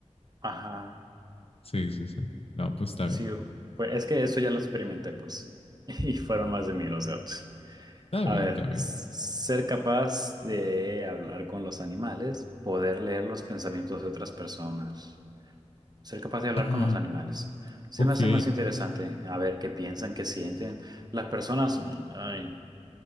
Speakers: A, on the right; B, on the left.
A: Ajá,
B: Sí, sí, sí. No, pues está
A: sí,
B: bien.
A: fue- es que eso ya lo experimenté, pues, <laughs> y fueron más de mil, o sea, pues.
B: Está
A: a
B: bien,
A: ver,
B: está bien.
A: s- ser capaz de hablar con los animales, poder leer los pensamientos de otras personas. Ser capaz de hablar
B: Ah,
A: con los animales. Se
B: ok.
A: me hace más interesante a ver qué piensan, qué sienten. Las personas, mm, ay,